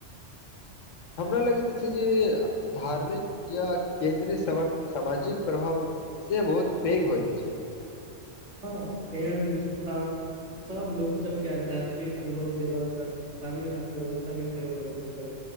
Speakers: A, on the left; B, on the right.
A: हमरा लगैत अछि जे धार्मिक या केन्द्रीय सभक सामाजिक प्रभाव जे बहुत पैघ होइत छै
B: हँ एहन स्थान सब लोक सबके आध्यात्मिक अनुभव देबाक संग स्थानीय अर्थव्यवस्था के सेवा मजबूत कर